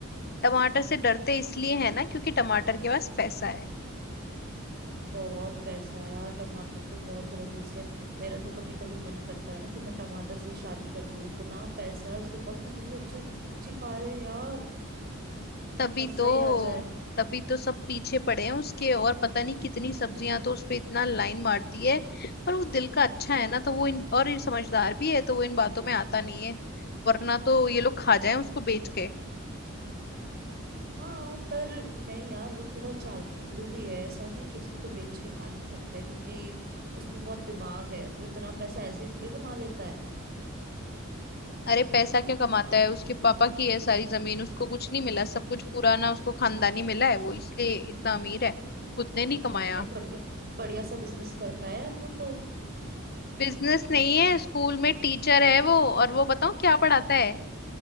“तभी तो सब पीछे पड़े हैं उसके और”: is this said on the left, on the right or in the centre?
Left